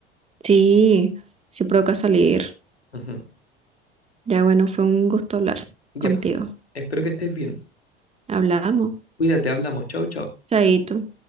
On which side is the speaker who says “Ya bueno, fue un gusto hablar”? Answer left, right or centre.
Right